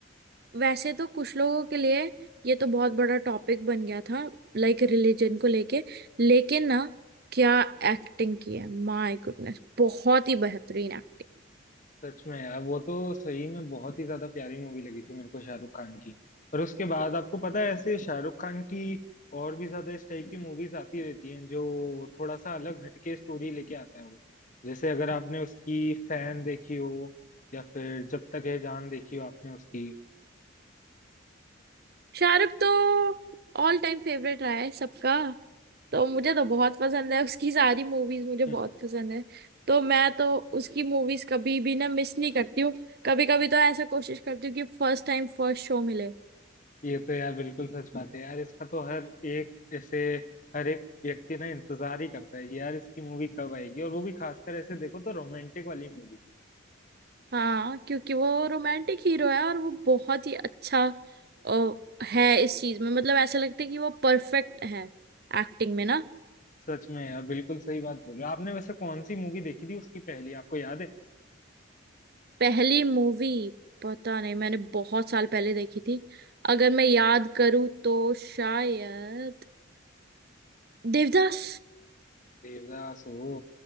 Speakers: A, on the right; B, on the left.
A: वैसे तो कुछ लोगों के लिए ये तो बहुत बड़ा टॉपिक बन गया था लाइक रिलीजन को लेके लेकिन ना क्या एक्टिंग की है माय गुडनेस बहुत ही बेहतरीन एक्टिंग
B: सच में यार वो तो सही में बहुत ही ज्यादा प्यारी मूवी लगी थी मेरे को शाहरुख खान की पर उसके बाद आपको पता है ऐसे शाहरुख खान की और भी ज्यादा इस टाइप की मूवीज आती रहती हैं जो थोड़ा सा अलग हटके स्टोरी लेके आता है वो जैसे अगर आपने उसकी फैन देखी हो या फिर जब तक है जान देखी हो आपने उसकी
A: शाहरुख तो ऑल टाइम फेवरेट रहा है सबका तो मुझे तो बहुत पसंद है उसकी सारी मूवीज मुझे
B: हम्म।
A: बहुत पसंद है तो मैं तो उसकी मूवीज कभी भी ना मिस नहीं करती हूँ कभी कभी तो ऐसा कोशिश करती हूँ कि फर्स्ट टाइम फर्स्ट शो मिले
B: ये तो यार बिल्कुल सच बात है यार इसका तो हर एक ऐसे हर एक व्यक्ति ना इंतजार ही करता है कि यार इसकी मूवी कब आएगी और वो भी खासकर ऐसे देखो तो रोमांटिक वाली मूवी
A: हाँ क्योंकि वो रोमांटिक हीरो है और वो बहुत ही अच्छा अ, है इस चीज में मतलब ऐसा लगता है कि वो परफेक्ट है एक्टिंग में ना
B: सच में यार बिल्कुल सही बात बोल रहे हो आपने वैसे कौन सी मूवी देखी थी उसकी पहली आपको याद है
A: पहली मूवी पता नहीं मैंने बहुत साल पहले देखी थी अगर मैं याद करूँ तो शायद देवदास
B: देवदास वो